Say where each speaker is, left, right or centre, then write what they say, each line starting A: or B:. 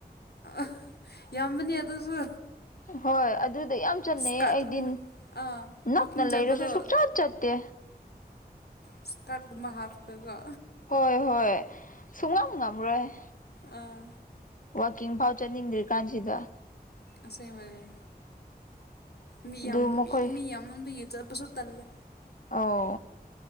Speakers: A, on the left (about 75°); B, on the left (about 55°).
A: ꯑꯥ ꯌꯥꯝꯕꯅꯦ ꯑꯗꯨꯁꯨ
B: ꯍꯣꯏ ꯑꯗꯨꯗꯣ ꯌꯥꯝ ꯆꯠꯅꯩꯌꯦ
A: ꯏꯁꯀꯥꯔꯠꯀꯨꯝꯕ
B: ꯑꯩꯗꯤ
A: ꯑꯥ
B: ꯅꯛꯅ
A: ꯋꯥꯛꯀꯤꯡ ꯆꯠꯄꯗꯣ
B: ꯂꯩꯔꯁꯨ ꯁꯨꯡꯆꯠ ꯆꯠꯇꯦ
A: ꯏꯁꯀꯥꯔꯠꯀꯨꯝꯕ ꯍꯥꯞꯄꯒꯀꯣ
B: <unintelligible> ꯍꯣꯏ ꯍꯣꯏ ꯁꯨꯉꯝ ꯉꯝꯃꯔꫭꯏ
A: ꯑꯥ
B: ꯋꯥꯛꯀꯤꯡ ꯐꯥꯎ ꯆꯠꯅꯤꯡꯗ꯭ꯔꯤ ꯀꯥꯟꯁꯤꯗ
A: ꯑꯁꯦꯡꯕꯩꯅꯦ ꯃꯤ
B: ꯑꯗꯨ
A: ꯌꯥꯝ
B: ꯃꯈꯣꯏ
A: ꯃꯤ ꯌꯥꯃꯟꯕꯒꯤ ꯆꯠꯄꯁꯨ ꯇꯜꯂꯦ
B: ꯑꯣ